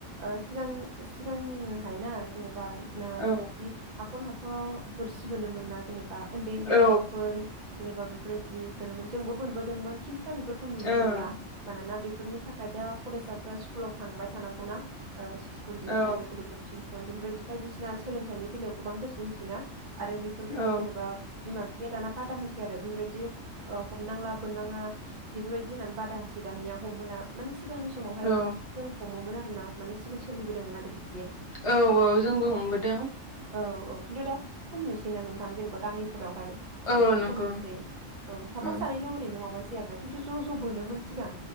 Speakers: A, on the right (about 35°); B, on the left (about 25°).
A: ओ सिगां सिगांहायना जेनेबा ना
B: औ
A: बिदि हा खर हाखराव बोरसि बोनोमोनना जेनेब बा ओन्दै ओन्दै
B: औ
A: गथ'फोर जेनेबा बेफोरबायदि बोनोमोन जोंबो बोनबोदोंमोन खिन्थु तु बेफोरखौ नुनो
B: ओं
A: मोनला मानोना बेफोरनि थाखाय दा फरायसाफोरा स्कुलाव थांबाय थानांगौना ओ स्कुल जोबनाय
B: औ
A: लोगो टिउ सन बेफोरबायदि बायदिसिना सोलोंथाइनि बेलायाव गोबां गोसो होयोसैना आरो बेफोरखौ
B: औ
A: जेनेबा बिमा <unintelligible> दाना बादा होसै आरो बेफोरबायदि ओ हमनांला बोननाङा बेफोरबायदि होननानै बादा होसै दानिया हमहोला माने सिगांनि समावहाय
B: औ
A: जों हमोमोन आ ना माने सिगां सोलिबोदोंमोन आरो बि
B: औ औ जोंबो हमबोदों
A: औ औ खिन्थु दा खम नुसै ना नोंथां जेनेबा गामिफोरावहाय
B: औ
A: जोबोद
B: नंगौ
A: खम नुसै औ साफा
B: उम
A: सानैल' ओरैनो माबासै आरोना किन्थु ज' ज' बोनोमोन सिगां